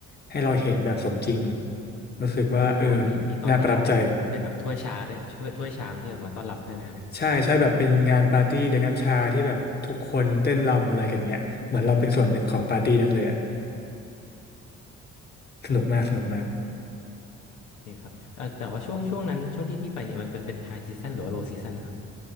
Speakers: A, on the left; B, on the left.
A: ให้เราเห็นแบบสมจริงรู้สึกว่าเออ
B: โอ้มีมีตอนที่แบบเป็นเป็นแบบถ้วยชาด้วยถ้วยถ้วยชามที่แบบมาต้อนรับได้ไหมครับ
A: น่าประทับใจใช่ใช่แบบเป็นงานปาร์ตี้เด็กน้ำชาที่แบบทุกคนเต้นรำอะไรกันเงี้ยเหมือนเราเป็นส่วนหนึ่งของปาร์ตี้นั้นเลยอะสนุกมากสนุกมาก
B: นี่ครับเอ่อแต่ว่าช่วงช่วงนั้นช่วงที่พี่ไปเนี่ยมันเป็นเป็นไฮซีซันหรือว่าโลซีซันนะครับ